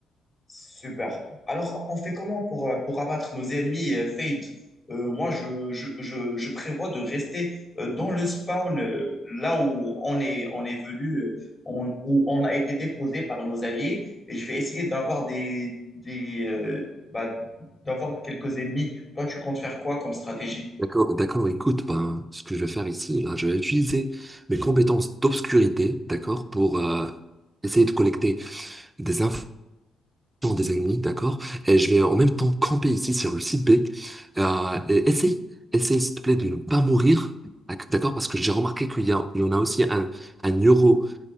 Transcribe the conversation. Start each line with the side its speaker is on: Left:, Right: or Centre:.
Left: Super. Alors, on fait comment pour, euh, pour abattre nos ennemis euh, Fade? Euh, moi, je, je, je, je prévois de rester euh, dans le spawn, euh, là où on est, on est venu, euh, on- où on a été déposé par nos alliés, et je vais essayer d'avoir des, des, euh, bah, d'avoir quelques ennemis. Toi, tu comptes faire quoi comme stratégie?
Right: D'accord, d'accord, écoute, ben, ce que je vais faire ici, là, je vais utiliser mes compétences d'obscurité, d'accord, pour euh, essayer de collecter des infos des ennemis, d'accord, et je vais en même temps camper ici sur le site B, euh, et essaye, essaye, s'il te plaît, de ne pas mourir, d'ac- d'accord, parce que j'ai remarqué qu'il y a, il y en a aussi un, un euro